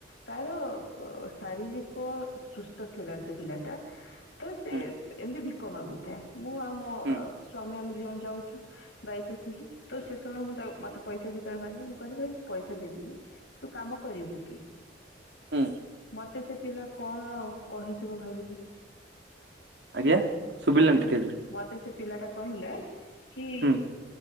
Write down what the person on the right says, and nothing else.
ହୁଁ
ହୁଁ
ହୁଁ
ଆଜ୍ଞା ଶୁଭିଲାନି
ଟିକେ
ହୁଁ।